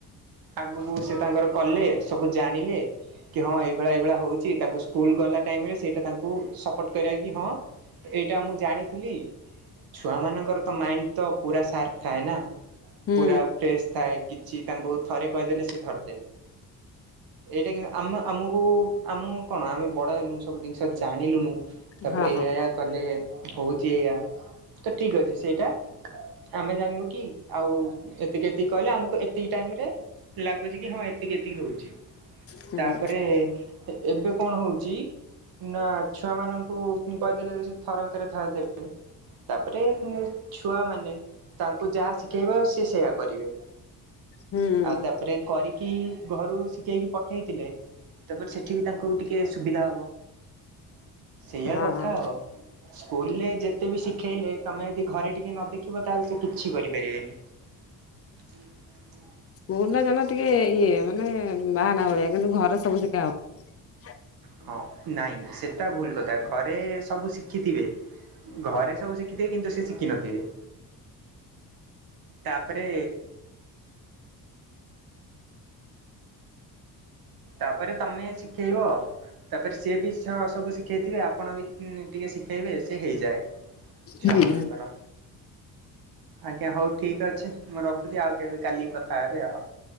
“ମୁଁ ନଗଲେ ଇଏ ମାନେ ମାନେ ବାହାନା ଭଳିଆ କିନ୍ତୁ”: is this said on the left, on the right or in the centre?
Left